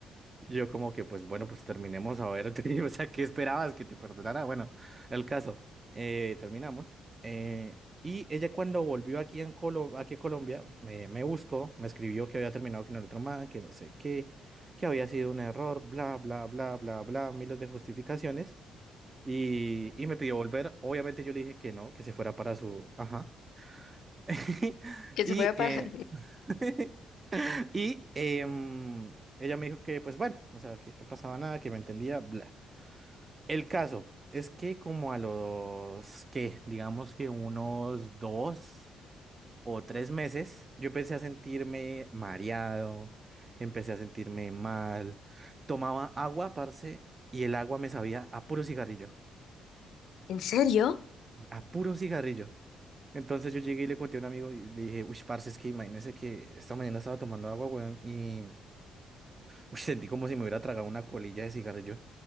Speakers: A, on the right (about 30°); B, on the left (about 75°).
A: Yo como que, pues bueno, pues terminemos a ver, <laughs> o sea, ¿qué esperabas que te perdonara? Bueno, el caso, eh, terminamos. eh, y ella cuando volvió aquí, en Colo- aquí a Colombia, me, me buscó, me escribió que había terminado con el otro man, que no sé qué, que había sido un error, bla, bla, bla, bla, bla, miles de justificaciones. Y, y me pidió volver, obviamente yo le dije que no, que se fuera para su... Ajá. <laughs>
B: Que
A: Y...
B: se fue para.
A: Eh,
B: <laughs>
A: <laughs> Y em, ella me dijo que, pues bueno, o sea, que no pasaba nada, que me entendía, bla. El caso es que como a los, que digamos que unos dos o tres meses, yo empecé a sentirme mareado, empecé a sentirme mal, tomaba agua, parce, y el agua me sabía a puro cigarrillo,
B: ¿En serio?
A: a puro cigarrillo. Entonces yo llegué y le conté a un amigo y le dije, uy, parce, es que imagínese que esta mañana estaba tomando agua, weón, y Uy, sentí como si me hubiera tragado una colilla de cigarrillo.